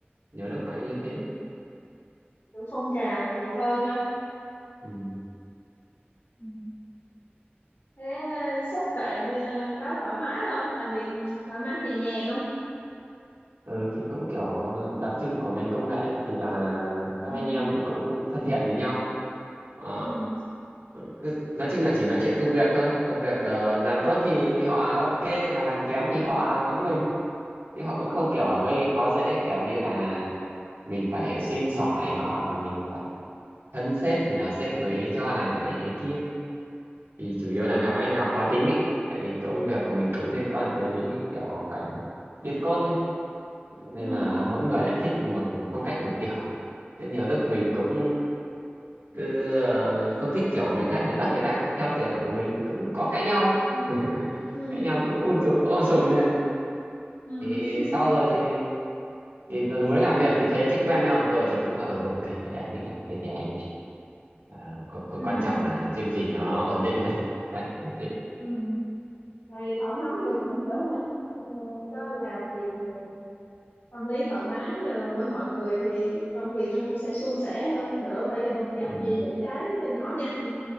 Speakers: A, on the right (about 85°); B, on the left (about 85°).
A: nhiều lúc phải
B: ừ.
A: như thế
B: kiểu phong trào là nhiều hơn ha
A: Ừ.
B: ừ. thế à, sếp bạn à, có thoải mái không làm việc thoải mái nhẹ nhàng không
A: Ừ, thì cũng kiểu đặc trưng của ngành công nghệ ấy thì là các
B: ừ
A: anh em thì cũng thân thiện với nhau. Ờ,
B: ừ
A: cứ, nói chung là chỉ nói chuyện công việc thôi công việc ờ, làm tốt thì thì họ ok mà làm kém thì họ mắng mình chứ họ cũng
B: ừ
A: không kiểu gây khó dễ kiểu như là mình phải xin xỏ này nọ hoặc là mình phải thân sếp thì là sếp mới cho làm cái này cái kia thì chủ yếu là gặp anh nào khó tính ấy tại vì công việc của mình cũng liên quan tới kiểu phải viết code ấy nên
B: ừ
A: là mỗi người lại thích một phong cách một kiểu nên nhiều lúc mình cũng cứ ờ, không thích kiểu người khác mình bắt người khác theo kiểu của mình thì cũng có cãi nhau ấy
B: ừ
A: <laughs>
B: ừ
A: cãi nhau cũng um tù- ôm sùm lên
B: ừ
A: thì
B: ừ
A: sau rồi thì thì mới làm việc thì thế chứ quen nhau rồi thì cũng là ừ ok đấy anh thích làm thế thì anh ờ, có, có
B: ừ
A: quan trọng là chương trình nó ổn định đấy <laughs> đấy kiểu thế
B: ừ. thì thoải mái vậy cũng đỡ ha Ờ, có làm việc mà tâm lý thoải mái rồi với mọi người thì công việc nó cũng sẽ suôn sẻ hơn đỡ phải bật dập
A: ừ,
B: về những cái nhỏ nhặt ừ,